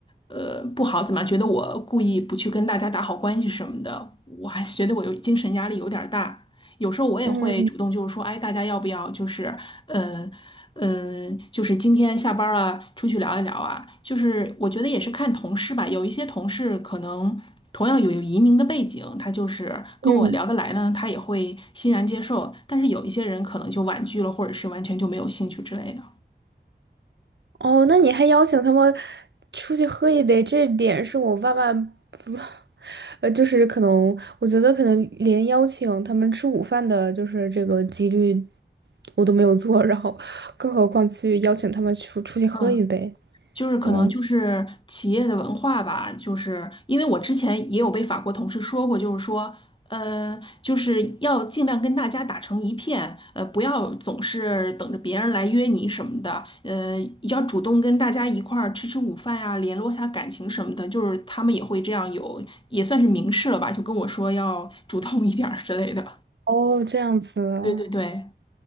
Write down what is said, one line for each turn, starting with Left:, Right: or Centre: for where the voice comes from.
Left: 呃不好，怎么觉得我故意不去跟大家打好关系什么的，我还是觉得我有精神压力有点儿大。有时候我也会主动就是说，
Right: 嗯
Left: 哎，大家要不要就是，嗯。嗯，就是今天下班儿了，出去聊一聊啊。就是我觉得也是看同事吧，有一些同事可能同样有有移民的背景，他就是跟我聊得来呢，
Right: 嗯，
Left: 他也会欣然接受。但是有一些人可能就婉拒了，或者是完全就没有兴趣之类的。
Right: 哦，那你还邀请他们出去喝一杯，这点是我万万不，呃，就是可能我觉得可能连邀请他们吃午饭的，就是这个几率我都没有做，然后更何况去邀请他们出出去喝一杯，
Left: 嗯。就是可能就是企业的文化吧，
Right: 我
Left: 就是因为我之前也有被法国同事说过，就是说，呃，就是要尽量跟大家打成一片，呃，不要总是等着别人来约你什么的，呃，要主动跟大家一块儿吃吃午饭呀、联络一下感情什么的，就是他们也会这样有，也算是明示了吧，就跟我说要主动一点儿之类的。
Right: 哦这样子啊，
Left: 对对对。